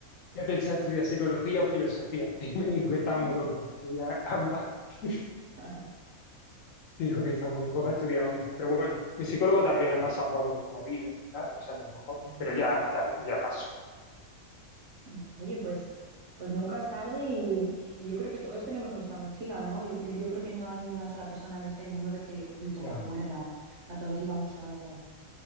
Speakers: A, on the left; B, on the right.
A: Yo pensaba estudiar psicología o filosofía. <laughs> Y me dijo que estaba
B: Mm.
A: muy loco para estudiar ambas. <laughs>
B: <laughs>
A: Me dijo que estaba muy loco para estudiar ambas. Pero bueno, mi psicólogo también ha pasado por movidas y tal, o sea que a lo mejor.
B: Claro.
A: Pero ya es tarde, ya paso.
B: Mm. Oye, pues, pues nunca es tarde y, y yo creo que todos tenemos nuestra mochila, ¿no? Yo, cre- yo creo que no hay ni una sola persona en este mundo que esté del todo
A: Ya,
B: cuerda. O sea, todos llevamos algo.